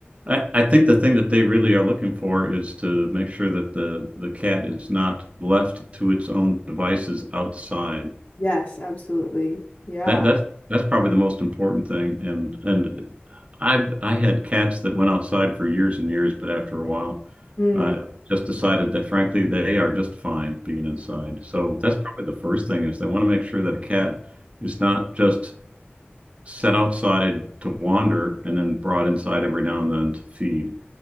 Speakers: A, on the right (about 30°); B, on the left (about 45°).
A: I, I think the thing that they really are looking for is to make sure that the the cat is not left to its own devices outside.
B: Yes, absolutely. Yeah.
A: That that's that's probably the most important thing. And and I I had cats that went outside for years and years, but after a while,
B: Mm.
A: I just decided that frankly they are just fine being inside. So that's probably the first thing is they want to make sure that a cat is not just set outside to wander and then brought inside every now and then to feed